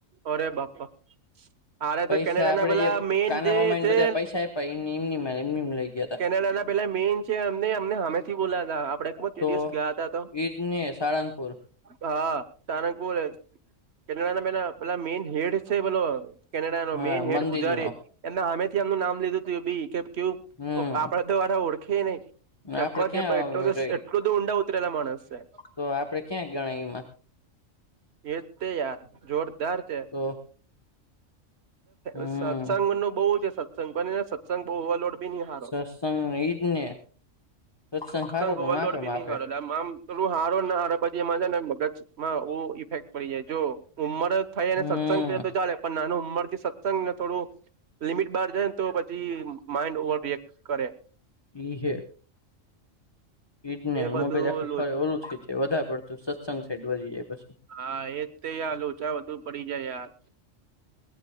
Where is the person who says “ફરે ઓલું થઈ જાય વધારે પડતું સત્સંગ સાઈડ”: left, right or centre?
Left